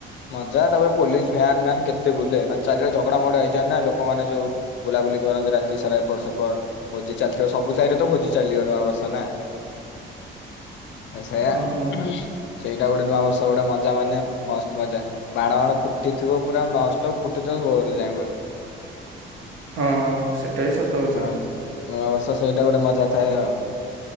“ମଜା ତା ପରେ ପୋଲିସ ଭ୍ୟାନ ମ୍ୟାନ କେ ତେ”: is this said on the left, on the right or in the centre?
Left